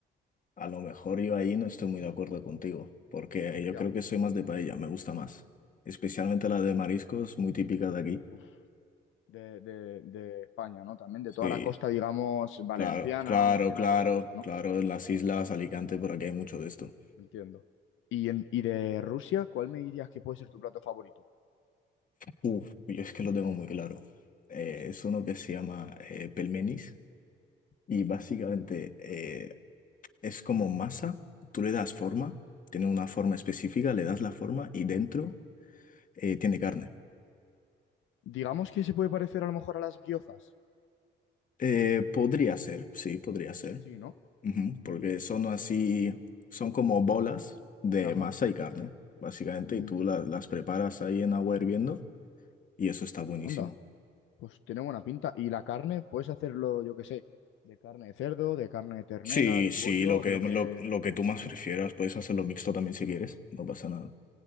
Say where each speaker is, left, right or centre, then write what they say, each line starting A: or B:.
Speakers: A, on the left; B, on the left.
A: a lo mejor yo ahí no estoy muy de acuerdo contigo, porque yo
B: ya.
A: creo que soy más de paella, me gusta más. Especialmente la de mariscos, muy típica de aquí.
B: Uf. De, de, de España, ¿no? También de
A: Sí,
B: toda la costa, digamos, valenciana,
A: claro, claro,
B: murciana,
A: claro,
B: toda esa costa, ¿no?
A: claro, en las
B: Vale,
A: islas, Alicante, por aquí hay mucho de esto.
B: entiendo. ¿Y, en- y de Rusia, cuál me dirías que puede ser tu plato favorito?
A: Uf, yo es que lo tengo muy claro. Eh,
B: Sí.
A: es uno que se llama eh, pelmenis. Y básicamente
B: Mm,
A: eh, es como masa, tú le das forma,
B: ajá.
A: tiene una forma específica, le das la forma y dentro eh, tiene carne.
B: Digamos que se puede parecer a lo mejor a las guiozas.
A: Eh, podría ser, sí, podría ser,
B: Sí, ¿no?
A: Ujú,
B: Y,
A: porque son
B: y-
A: así, son como bolas de
B: ajá.
A: masa y carne, básicamente,
B: Mm,
A: y tú la- las preparas ahí en agua hirviendo y eso está buenísimo.
B: onda. Pues tiene buena pinta. Y la carne, puedes hacerlo, yo qué sé, de carne de cerdo, de carne de ternera,
A: Sí,
B: de
A: sí,
B: pollo,
A: lo que,
B: de lo
A: lo,
B: que...
A: lo que tú más prefieras, puedes hacerlo mixto también si quieres, no pasa nada.